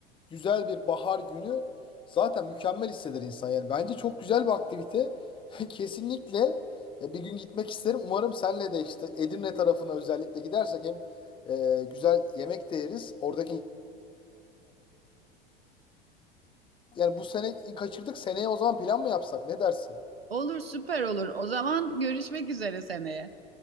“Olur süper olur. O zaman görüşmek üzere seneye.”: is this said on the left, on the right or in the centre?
Right